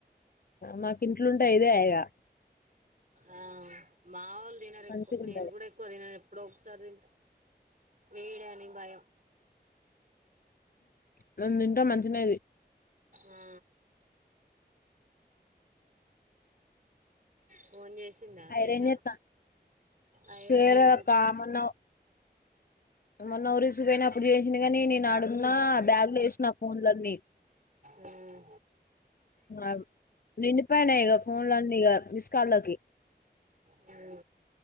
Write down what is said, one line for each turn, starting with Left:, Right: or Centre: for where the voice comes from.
Left: మాకి ఇంట్లుంటే ఇదే ఆయగా
Right: ఆ మా వాళ్ళు దినరు ఎక్కువ
Left: మంచిగుంటది
Right: నేను కూడా ఎక్కువ తిన ఎ ఇప్పుడు ఒకసారి తింట వేయడానికి భయం
Left: నే తింట మంచినేది
Right: ఆ ఫోన్ చేసి తింద త్రిష
Left: ఐరన్ చేత్తాంది
Right: ఆయ
Left: చేయలేదక్క
Right: రటి ఇత్త
Left: మొన్న మొన్న ఉరిసు పోయినప్పుడు చేసినవి అందుకనే నేను ఆడున్న బ్యాగులు వేసిన నా ఫోన్లన్నీ ఇగ
Right: ఉమ్
Left: ఆగు నిండిపోయినా ఇగ ఫోన్ లోన్నీ ఇగ మిస్ కా లోకి
Right: హుహు